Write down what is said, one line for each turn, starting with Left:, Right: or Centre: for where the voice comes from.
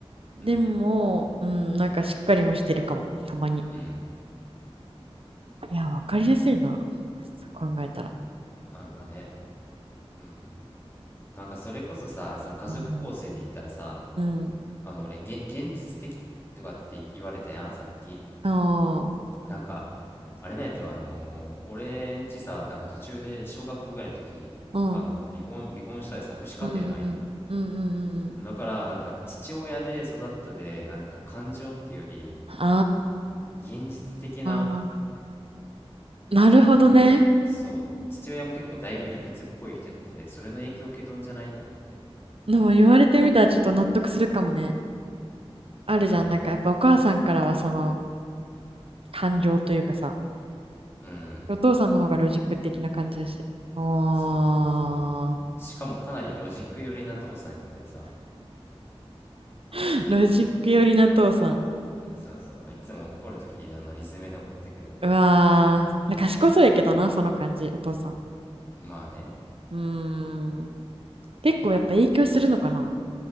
Right: でも、
Left: うん。
Right: うん、なんかしっかりもしてるかも、たまに。
Left: うん。
Right: いや、わかりやすいな、そう考えたら。
Left: なんかね。うん。なんかそれこそさ、その家族構成で言ったらさ、
Right: うん。うん。
Left: あの、俺、げ、現実的とかって言われたやん、さっき。
Right: あ
Left: なんか、あれなんやったよあのー俺んちさ、なんか途中で小学校ぐらいの時、
Right: あ、うん。
Left: あのー離婚、離婚したりさ、父子家庭なんよ。
Right: うんうん。うんうんうん。
Left: だからなんか父親で育ったでなんか感情っていうより
Right: あ
Left: 現実的な
Right: あ、なるほどね。
Left: なんかそう父親も結構だいぶ理屈っぽい人やっててそれの影響を受けとんじゃないと思って
Right: でも言われてみたらちょっと納得するかもね。あるじゃん、
Left: やっぱ
Right: なんかやっぱお母さんからはその感情というかさ、
Left: うん
Right: お父さんの方がロジック的な感じだし。あ
Left: そうそうそうしかもかなりロジック寄りな父さんやったでさ
Right: ー、
Left: それの
Right: ロジック寄りな父さん。
Left: そうそういつも怒るときあのリズムで怒ってくるで
Right: うわー、賢そうやけどな、
Left: うん
Right: その感じ、お父さん。
Left: まあね
Right: うーん、結構やっぱ影響するのかな。